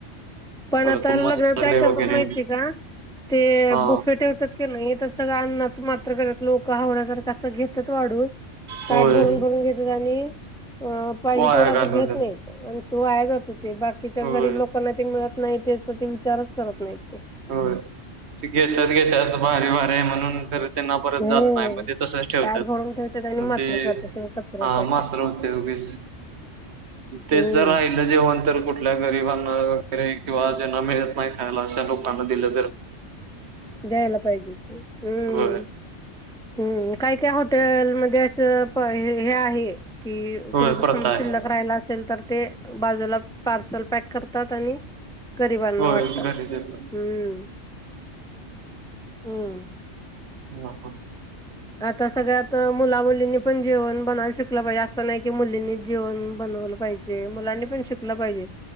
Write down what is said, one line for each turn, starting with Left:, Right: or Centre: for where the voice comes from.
Centre: पण
Right: परत
Centre: आता लग्नात
Right: मसाले
Centre: काय करतात
Right: वगैरे
Centre: माहिती आहे का ते
Right: हा
Centre: बफे ठेवतात. नाही तर सगळं अन्नाच मात्र करतात लोक हावरा सारखा अस घेतात. घेतात वाढून
Right: होय
Centre: ताट भरून भरून घेतेत आणि पाहिजे
Right: वाया
Centre: तेवढं
Right: घालवतात
Centre: असं घेत नाहीत. आणि अन्न वाया जाते ते बाकीच्या
Right: होय
Centre: गरीब लोकांना ते मिळत नाही त्याचा ते विचारच करत नाहीत ते
Right: हो ते घेतात घेतात भारी भारी म्हणून तर त्यांना परत
Centre: हम्म
Right: जात नाही मग ते तसच ठेवतात
Centre: ताट भरून ठेवतात आणि
Right: मग
Centre: मात्र
Right: ते
Centre: करते
Right: जात नाही मग
Centre: सगळं कचऱ्यात जाते
Right: ते मात्र होत ऊगीस.
Centre: <inaudible>
Right: तेच
Centre: हम्म
Right: जर राहिल. जेवण तर कुठल्या गरीबांना वगैरे किंवा जे ना मिळत नाही खायला अशा लोक <inaudible> दिलं तरं.
Centre: द्यायला पाहिजे ते हम्म
Right: होय
Centre: हम्म काय काय हॉटेल मध्ये असं. होय हे आहे की
Right: होय
Centre: तुमच
Right: प्रथा
Centre: सगळ
Right: आहे
Centre: शिल्लक कोणीरायला असेल तर ते बाजूला पार्सल पॅक करतात आणि गरीबांना
Right: होय
Centre: वाटतात
Right: घरी देतात
Centre: हम्म हम्म
Right: ह ह
Centre: आता सगळ्यात मुला मुलींनी पण जेवण बनवायला शिकलं पाहिजे असं नाही की मुलींनी जेवण बनवलं पाहिजे. मुलांनी पण शिकलं पाहिजे